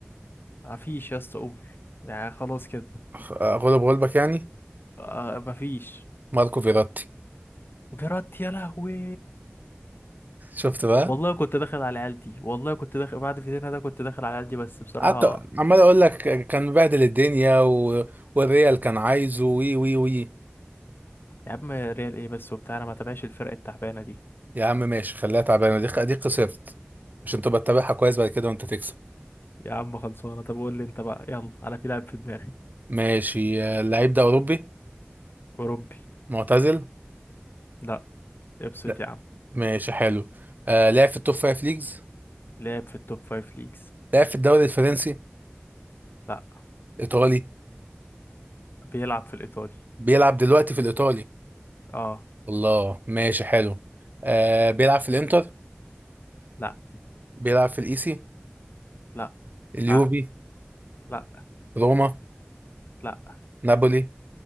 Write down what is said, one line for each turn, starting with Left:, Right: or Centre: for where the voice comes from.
Left: ما فيش يا اسطى قول يعني خلاص كده
Right: خ- غلب غلبك يعني
Left: آه، ما فيش
Right: ماركو فيراتي
Left: فيراتي يا لهوي
Right: شفت بقى
Left: والله كنت داخل على العيال دي والله كنت داخل بعد فيتينها ده كنت داخل على العيال دي بس بصراحة
Right: قعدت عمال اقول لك كان مبهدل الدنيا و... والريال كان عايزه وي وي وي
Left: يا عم ريال ايه بس وبتاع انا ما تابعش الفرق التعبانة دي
Right: يا عم ماشي خليها تعبانه دي دي خسرت عشان تبقى تتابعها كويس بعد كده وانت تكسب
Left: <laughs> يا عم خلصانة طب قول لي انت بقى يلا انا في لاعب في دماغي
Right: ماشي آه، اللعيب ده أوروبي
Left: اوروبي
Right: معتزل
Left: لا ابسط
Right: لا
Left: يا عم
Right: ماشي حلو آه لعب في التوب فايف ليجز
Left: لعب في التوب فايف ليجز
Right: لعب في الدوري الفرنسي
Left: لا
Right: إيطالي
Left: بيلعب في الايطالي
Right: بيلعب دلوقتي في الإيطالي
Left: اه
Right: الله ماشي حلو آه بيلعب في الإنتر
Left: لا
Right: بيلعب في الإيسي
Left: لا
Right: اليوفي
Left: اه لا
Right: روما
Left: لا
Right: نابولي